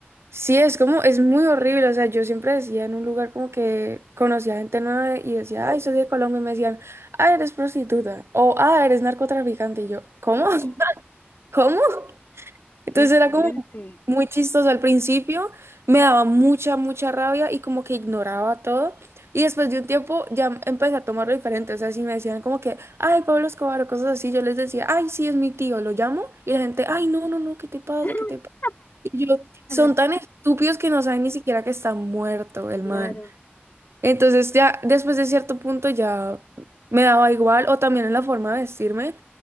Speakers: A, on the right; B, on the left.
A: Sí, es como, es muy horrible. O sea, yo siempre decía en un lugar como que conocía gente nueva y decía, ay, soy de Colombia. Y me decían, ah, eres prostituta. O, ah, eres narcotraficante. Y yo, ¿cómo?
B: No.
A: <laughs> ¿Cómo? Entonces
B: Qué fuerte.
A: era como muy chistoso al principio. Me daba mucha, mucha rabia y como que ignoraba todo. Y después de un tiempo ya empecé a tomarlo diferente. O sea, si me decían como que, ay, Pablo Escobar o cosas así, yo les decía, ay, sí, es mi tío, lo llamo. Y la gente, ay, no, no, no, ¿qué te pasa?
B: <gasps>
A: ¿Qué te pasa? Y yo,
B: Claro,
A: son tan estúpidos que no saben ni siquiera que está muerto el
B: claro,
A: man. Entonces ya después de cierto punto ya me daba igual, o también en la forma de vestirme.